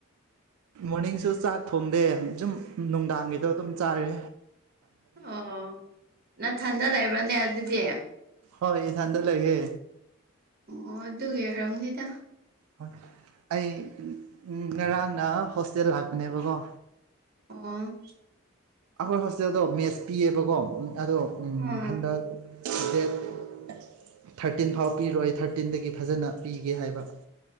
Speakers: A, on the right; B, on the right.
A: ꯃꯣꯔꯅꯤꯡꯁꯨ ꯆꯥꯛ ꯊꯣꯡꯗꯦ ꯁꯨꯝ ꯅꯨꯡꯗꯥꯡꯒꯤꯗꯣ ꯑꯗꯨꯝ ꯆꯥꯔꯤ
B: ꯑꯣ ꯅꯊꯟꯗ ꯂꯩꯕ꯭ꯔꯅꯦ ꯑꯗꯨꯗꯤ
A: ꯍꯣꯏ ꯊꯥꯟꯗ ꯂꯩꯒꯦ
B: ꯑꯣ ꯑꯗꯨꯒꯔꯝꯅꯤꯗ
A: ꯍꯣꯏ ꯑꯩ ꯉꯔꯥꯡꯅ ꯍꯣꯁꯇꯦꯜ ꯂꯥꯛꯄꯅꯦꯕꯀꯣ
B: ꯑꯣ
A: ꯑꯩꯈꯣꯏ ꯍꯣꯁꯇꯦꯜꯗꯣ ꯃꯦꯠꯁ ꯄꯤꯌꯦꯕꯀꯣ ꯑꯗꯣ
B: ꯎꯝ
A: ꯍꯟꯗꯛ ꯗꯦꯠ ꯊꯥꯔꯇꯤꯟ ꯐꯥꯎ ꯄꯤꯔꯣꯏ ꯑꯩ ꯊꯥꯔꯇꯤꯟꯗꯒꯤ ꯐꯖꯅ ꯄꯤꯒꯦ ꯍꯥꯏꯕ